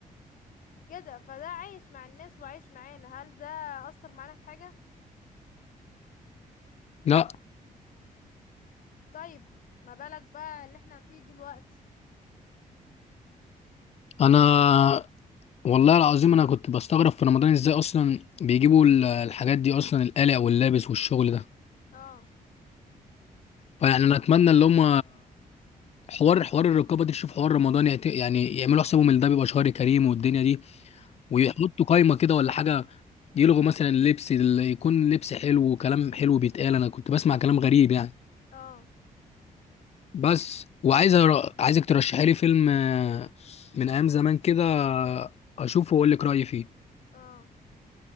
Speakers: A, on the left; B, on the left.
A: كده فده عايش مع الناس وعايش معانا هل ده اثر معانا في حاجه
B: لا
A: طيب ما بالك بقى اللي احنا فيه دلوقتي
B: انا والله العظيم انا كنت بستغرب في رمضان ازاي اصلا بيجيبوا ال- الحاجات دي اصلا القلق واللابس والشغل ده
A: اه
B: فيعني انا اتمنى اللي هم حوار حوار الرقابه دي تشوف حوار رمضان يعت- يعني يعملوا حسابهم ان ده بيبقى شهر كريم والدنيا دي ويحطوا قايمه كده ولا حاجه يلغوا مثلا اللبس اللي يكون لبس حلو وكلام حلو بيتقال انا كنت بسمع كلام غريب يعني
A: اه
B: بس وعايز أر... عايزك ترشحي لي فيلم آه، من ايام زمان كده آه، اشوفه واقول لك رايي فيه
A: اه